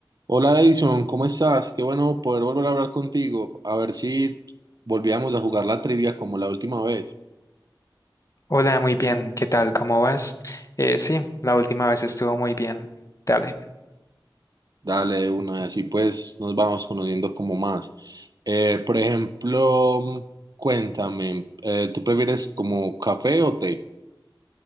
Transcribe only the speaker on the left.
Hola, muy bien. ¿Qué tal? ¿Cómo vas? Eh, sí, la última vez estuvo muy bien. Dale,